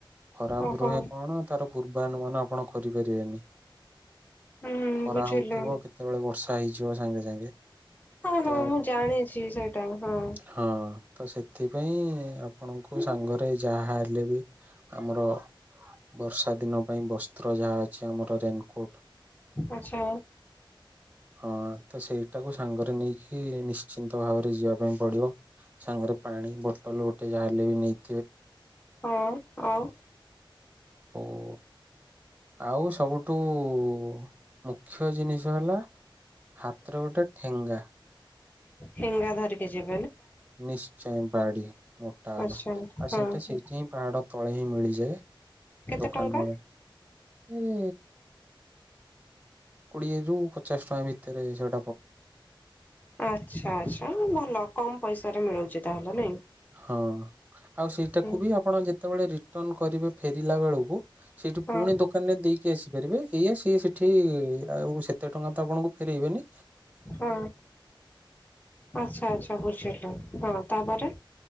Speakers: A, on the right; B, on the left.
A: ଖରାପ
B: ଓହୋ
A: ରୁହେ କଣ ତାର ପୂର୍ବାନୁମାନ ଆପଣ କରିପାରିବେନି।
B: ହୁଁ
A: ଖରା
B: ବୁଝିଲି
A: ହଉଥିବ କେତେବେଳେ ବର୍ଷା ହେଇଯିବ ସାଙ୍ଗେ ସାଙ୍ଗେ।
B: ହଁ
A: ତ
B: ହଁ ମୁଁ ଜାଣିଚି ସେଇଟା ହଁ।
A: ହଁ। ତ ସେଥିପାଇଁ ଆପଣଙ୍କୁ ସାଙ୍ଗରେ ଯାହା ହେଲେ ବି ଆମର ବର୍ଷା ଦିନ ପାଇଁ ବସ୍ତ୍ର ଯାହା ଅଛି ଆମର ରେନକୋଟ୍
B: ଆଛା।
A: ହଁ ତ ସେଇଟାକୁ ସାଙ୍ଗରେ ନେଇକି ନିଶ୍ଚିନ୍ତ ଭାବରେ ଯିବା ପାଇଁ ପଡିବ। ସାଙ୍ଗରେ ପାଣି ବୋଟଲ ଗୋଟେ ଯାହାଲେ ବି ନେଇ
B: ହଁ ଆଉ?
A: ଓ ଆଉ ସବୁଠୁ ମୁଁ ମୁଖ୍ୟ ଜିନିଷ ହେଲା ହାତର ଗୋଟେ ଠେଙ୍ଗା।
B: ଫେଙ୍ଗା ଧରିକି ଯିବ
A: ନିଶ୍ଚୟ ବାଡି ମୋଟା
B: ଆଚ୍ଛା
A: ବାଲା ଆଉ
B: ହଁ
A: ସେଇଟା
B: ହଁ
A: ସେଇଠି ପାଇଁ ପାହାଡ ତଳେ ହିଁ ମିଳି ଯାଏ
B: କେତେ
A: ଦୋକାନ
B: ଟଙ୍କା
A: ଏ କୋଡିଏ ଯୋଉ ପଚାଶ ଟଙ୍କା ଭିତରେ ଯୋ
B: ଆଛା ଆଛା ଭଲ କମ୍ ପଇସା ରେ ମିଳୁଚି ତାହେଲେ ନାଇଁ?
A: ହଁ ଆଉ ସେଇଟାକୁ
B: ହୁଁ
A: ବି ଆପଣ ଯେତେବେଳେ ରିଟର୍ଣ କରିବେ ଫେରିଲା ବେଳକୁ ସେଇଠୁ
B: ହଁ
A: ପୁଣି ଦୋକାନ ରେ ଦେଇକି ଆସିପାରିବେ ଏଇଆ ସେ ସେଠ ଏଠି ଆଉ ସେତେ ଟଙ୍କା ତ ଆପଣଙ୍କୁ ଫେରଇବେନି
B: ହଁ ଆଛା ଆଛା ବୁଝିଲି ହଁ ତାପରେ?